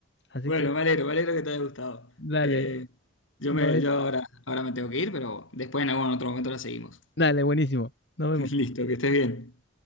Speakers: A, on the left; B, on the left.
A: Así
B: bueno,
A: que bueno,
B: me alegro, me alegro que te haya gustado.
A: dale.
B: Eh, yo
A: No
B: me,
A: es...
B: yo ahora, ahora me tengo que ir, pero después en algún otro momento la seguimos.
A: Dale, buenísimo. Nos vemos.
B: <laughs> Listo, que estés bien.